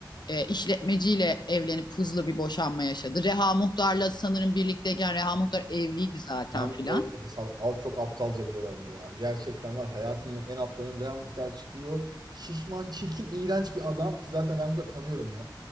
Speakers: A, on the left; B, on the right.
A: e, işletmeciyle evlenip hızlı bir boşanma yaşadı. Reha Muhtar'la sanırım birlikteyken Reha Muhtar evliydi zaten
B: Real Madrid
A: filan.
B: evdeydi. Sal- al- Çok aptalca bir dönemdi ya. Gerçekten var hayatımın en aptalım. Real Muhtar çıkıyor. Şişman, çirkin, iğrenç bir adam ki zaten Real Muhtar'ı tanıyorum ben.